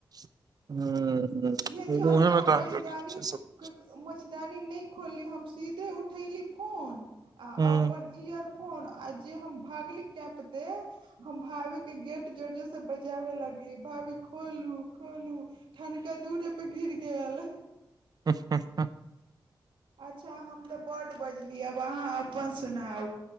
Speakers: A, on the right; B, on the right.
A: हुँ हुँ
B: इहे चलते
A: उएहेमे
B: हम मच्छदानी
A: तऽ अहाँके
B: मच्छदानी नहि खोली हम सीधे उठयली फोन आ
A: हम्म,
B: अपन ईअर फोन आ जे हम भागली क पते हम भाभी के गेट जोर जोर से बजाबे लगली भाभी खोलू खोलु ठनका दूेरे पे गिर गेल के हलेय
A: हुँ हुँ हुँ म
B: अच्छा हम तऽ बड्ड बजली आब अहाँ अपन सुनाउ